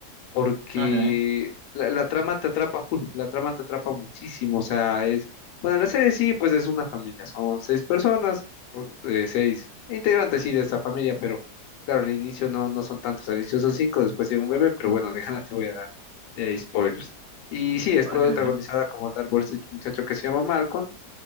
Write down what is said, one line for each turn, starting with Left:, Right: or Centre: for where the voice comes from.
Left: porque
Right: Ok,
Left: la, la trama te atrapa <laughs> full, la trama te atrapa muchísimo, o sea, es, bueno, la serie sí, pues es una familia, son seis personas, o, eh, seis integrantes sí de esta familia, pero claro, al inicio no, no son tantos, al inicio son cinco, después tiene un bebé, pero bueno, de ganas te voy a dar eh, spoilers. Y sí, es
Right: ok,
Left: protagonizada
Right: ok.
Left: como tal por este muchacho que se llama Malcolm,